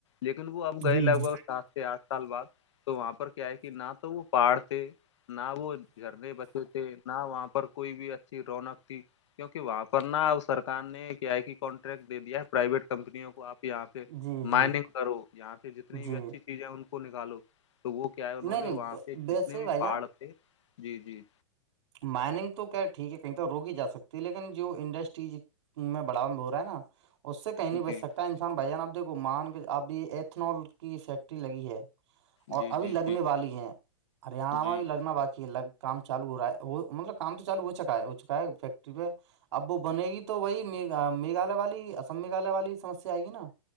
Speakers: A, on the left; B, on the right.
A: لیکن وہ اب
B: جی
A: گئے لگ
B: جی
A: بھگ سات آٹھ سال بعد تو وہاں پر کیا ہے کہ نہ تو وہ پہاڑ تھے نہ وہ گھرنے بچے سے نہ وہاں پر کوئی بھی اچھی رونق تھی کیونکہ وہاں پر نہ ا سرک نے ا آئی کی کانٹریکٹ دےیا ہے پرائیویٹ کمپنیوں کو آپ یہاں پہ
B: جی جی
A: مائننگ کرو یہاں پہ جتنی
B: جی
A: بھی اچھی چیزیں ان کو نکالو تو وہ کیا ہے انہوں
B: نہیں
A: نے
B: نہیں
A: وہاں سے
B: ویسے
A: جتنے بھی
B: ہی بھائی
A: پہاڑ تھے جی جی
B: مائنگ تو کہہ ٹھیک ہے کہیں تو روک ہی جا سکتی ہے لیکن جو انڈسٹریز میں بڑا میں ب ہو رہا ہے نا اس سے کہیں نہیں
A: جی
B: بچ سکتا انسان بھائی جان اب دیکھو مان کے اب یہ ایتھنال کی فیکٹری لگی ہے اور
A: جی
B: ابھی
A: جی
B: لگنے
A: جی
B: والی ہے ہریانہ
A: جی
B: میں بھی لگنا باقی ہے ل کام چالو ہو رہا ہے مطلب کام تو چالو ہو چکا ہے ہو چکا ہے فیکٹری پہ اب وہ بنے گی تو وہی میگھالیہ والی ام میگھالیہ والی سمسیا آئے گی نا